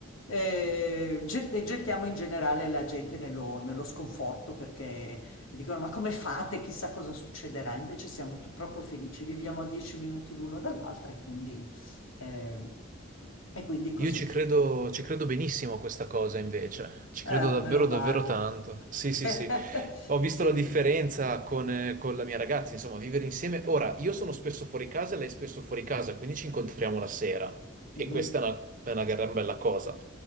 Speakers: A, on the left; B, on the right.
A: Eh, get- E gettiamo in generale la gente nello, nello sconforto perché dicono: Ma come fate? Chissà cosa succederà. Invece siamo tu- proprio felici, viviamo a 10 minuti l'uno dall'altro e quindi, eh, e quindi così.
B: Io ci credo, ci credo benissimo a questa cosa invece, ci
A: Eh,
B: credo davvero
A: meno male.
B: davvero tanto. Sì, sì,
A: <laughs>
B: sì. Ho visto
A: Sì.
B: la differenza con, eh, con la mia ragazza, insomma, vivere insieme. Ora, io sono spesso fuori casa e lei è spesso fuori casa, quindi ci incontriamo la sera e
A: Mhm.
B: questa è una, è una gran bella cosa.